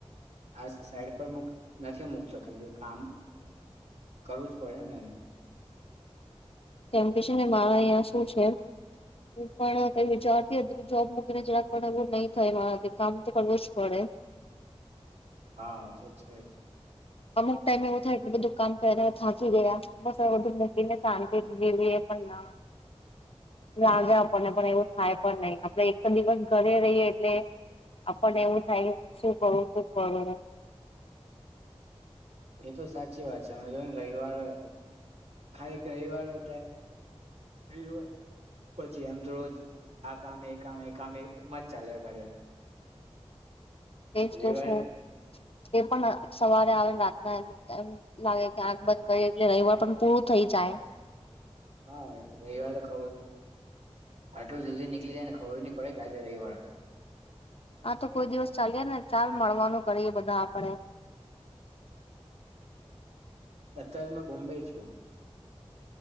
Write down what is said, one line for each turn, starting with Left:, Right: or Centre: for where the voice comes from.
Right: આ સાઈડ પર નથી મકતો કે કે કામ કરવું જ પડે ને એમ
Left: કેમ કે છે ને મારા અહં શું છે. હું પણ કઈ વિચારતી હતી કે જોબ મૂકીને જરાક પણ એવું નહી થાય મારા કામ તો કરવું જ પડે.
Right: હા છે.
Left: અમુક ટાઈઇમવ થાય એટલેધ દુકાન પ એ થાં ગયા. બસ વધધું મકી ને ચતી લવી એ પણ ના લ્યા આપને પણ એવું થાય પણ નહીિ આપડે એક તો દિવસ ઘરે રહીએ એટલે આપને એવું થાય કે શું કરું શું કરું.
Right: એ તો સાચી વાત છે અમે જો ને રવિવાર હોય ખાલી એક રવવાર હો હોય પછી એમ તો રોજ આ કામ એ કામ એ કામમ જ ચાલ્યા કરે એમ
Left: એ જ
Right: રવિવાર
Left: તો શ તે પણ સવારે આવે ને રાતના એમ એમ લાગે કે આગ બંધ કરી એટલે રવિવાર પણ પૂરું થઈ જાય.
Right: હા રઈવાર ખબર.. આટલું જલ્દી નીક્ળી જાયને ખબર નહી પડે કે આજે રવિવાર હતો.
Left: આ તો કોઈ દિવસ ચાલીય ને ચાલ મળવાનું કરીએ બધા આપડે.
Right: અત્યારે મેં બોમ્બઈ છું.